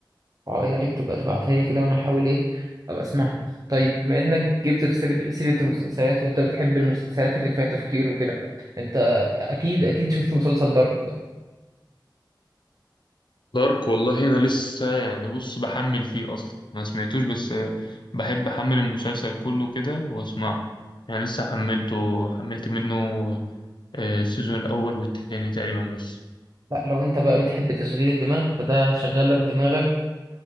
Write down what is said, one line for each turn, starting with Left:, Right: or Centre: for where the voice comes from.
Right: اه يا ريت تبقى تبعتها لي كده وانا احاول ايه ابقى اسمعها طيب بما انك جبت في سر- سيرة المسلسلات وانت بتحب المسلسلات اللي فيها تفكير وكده انت اكيد اكيد شفت مسلسل دارك بقى.
Left: دارك والله انا لسه يعني بص بحمل فيه اصلا ما سمعتوش بس آه، بحب احمل المسلسل كله كده واسمعه يعني لسه حملته حملت منه آه، السيزون الاول والتاني تقريبا بس
Right: لا لو انت بقى بتحب تشغيل الدماغ فده هيشغل لك دماغك